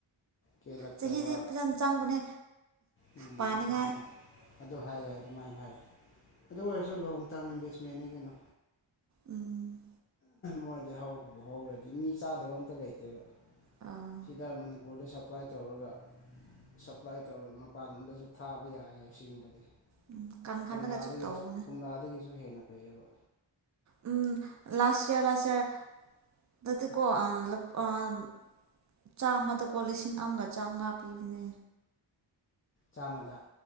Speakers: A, on the left (about 30°); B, on the right (about 40°).
A: ꯀꯦꯜꯂꯛꯇꯕ
B: ꯆꯍꯤꯗꯤꯦ ꯐꯖꯅ ꯆꯪꯕꯅꯦ
A: ꯎꯝ
B: ꯄꯥꯅꯤꯡꯉꯥꯏ
A: ꯑꯗꯨ ꯑꯗꯨ ꯍꯥꯏꯌꯦꯦ ꯑꯗꯨꯃꯥꯏꯅ ꯍꯥꯏꯌꯦ ꯑꯗꯨ ꯑꯣꯏꯔꯁꯨ ꯂꯣꯡ ꯇꯥꯔꯝ ꯏꯟꯚꯦꯁꯃꯦꯟꯅꯤ ꯀꯩꯅꯣ
B: ꯎꯝ
A: ꯃꯣꯏꯗꯤ ꯍꯧ ꯍꯧꯔꯗꯤ ꯃꯤ ꯆꯥꯗꯕ ꯑꯝꯇ ꯂꯩꯇꯦꯕ
B: ꯑꯥ
A: ꯁꯤꯗ ꯃꯅꯤꯨꯔ ꯕꯣꯔꯗ ꯁꯞꯄ꯭ꯂꯥꯏ ꯇꯧꯔꯒ ꯁꯞꯄ꯭ꯂꯥꯏ ꯇꯧꯔ ꯃꯄꯥꯟꯂꯣꯝꯗꯁꯨ ꯊꯥꯕ ꯌꯥꯏꯑꯌꯦ ꯑꯁꯤꯒꯦꯡꯕꯗꯤ
B: ꯎꯝ ꯀꯪꯍꯜꯂꯒꯁꯨ
A: ꯀꯣꯝꯂꯥꯗꯒꯤ
B: ꯇꯧꯕꯅꯦ
A: ꯀꯣꯝꯂꯥꯗꯒꯤꯁꯨ ꯍꯦꯟꯅ ꯐꯩꯑꯕ
B: ꯎꯝ ꯂꯥꯁ꯭ꯇ ꯏꯌꯥꯔ ꯂꯥꯁ꯭ꯇ ꯏꯌꯥꯔ ꯗꯥꯗꯤꯀꯣ ꯑꯟ ꯑꯟ ꯆꯥꯝꯃꯗꯀꯣ ꯂꯤꯁꯤꯡ ꯑꯃꯒ ꯆꯥꯝꯃꯉꯥ ꯄꯤꯕꯅꯦ
A: ꯆꯥꯝꯃꯗ